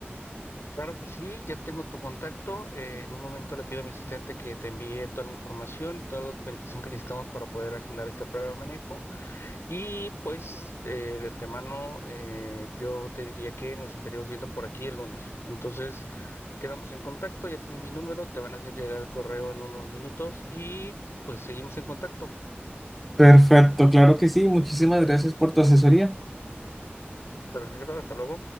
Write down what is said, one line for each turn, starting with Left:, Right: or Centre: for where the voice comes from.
Left: Claro que sí, ya tengo tu contacto. eh, en un momento le pido a mi asistente que te envíe toda la información y toda la documentación que necesitamos para poder agendar esta prueba de manejo. Y pues eh, de antemano eh, yo te diría que nos estaríamos viendo por aquí el lunes. Entonces quedamos en contacto, ya tienes mi número, te van a hacer llegar el correo en unos minutos y pues seguimos en contacto.
Centre: Perfecto, claro que sí. Muchísimas gracias por tu asesoría.
Left: Perfecto, hasta luego.